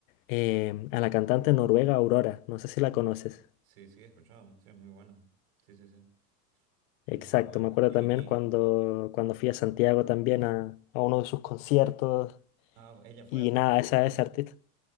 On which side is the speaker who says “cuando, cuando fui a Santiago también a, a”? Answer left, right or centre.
Left